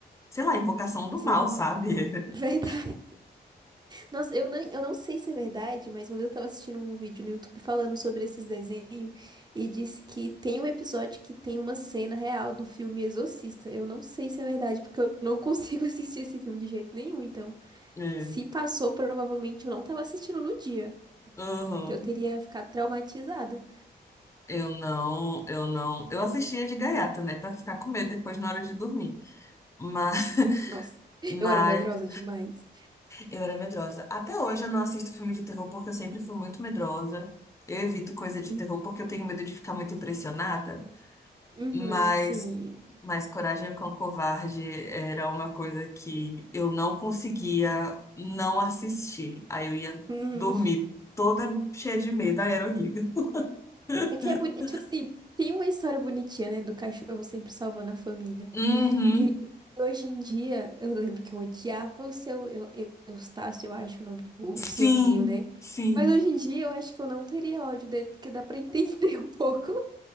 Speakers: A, on the left; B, on the right.
A: sei lá, invocação do
B: sim.
A: mal, sabe?
B: Verdade.
A: <laughs>
B: Nossa, eu não, eu não sei se é verdade, mas uma vez eu tava assistindo um vídeo no YouTube falando sobre esses desenhos e disse que tem um episódio que tem uma cena real do filme Exorcista. Eu não sei se é verdade, porque eu não consigo <laughs> assistir esse filme de jeito nenhum. Então,
A: É.
B: se passou, provavelmente eu não tava assistindo no dia,
A: Uhum.
B: que eu teria ficado traumatizada.
A: Eu não, eu não. Eu assistia de gaiata, né, pra ficar com medo depois na hora de dormir. Mas. <laughs>
B: Nossa, <laughs>
A: Mas
B: eu era medrosa demais.
A: Eu era medrosa. Até hoje eu não assisto filme de terror porque eu sempre fui muito medrosa. Eu evito coisa de
B: Hum.
A: terror porque eu tenho medo de ficar muito impressionada.
B: Uhum,
A: Mas,
B: sim.
A: mas Coragem com o Covarde era uma coisa que eu não conseguia não assistir. Aí eu ia
B: Uhum.
A: dormir toda cheia de medo. Aí era horrível. <laughs>
B: É que é bonito. Tipo assim, tem uma história bonitinha, né? Do cachorro sempre salvando a família.
A: Uhum.
B: E aí, hoje em dia, eu lembro que eu odiava o seu eu, eu, Eustácio, eu acho o nome do o senhorzinho,
A: Sim,
B: né?
A: sim,
B: Mas hoje em dia eu acho que eu não teria ódio dele, porque dá pra entender <laughs> um pouco.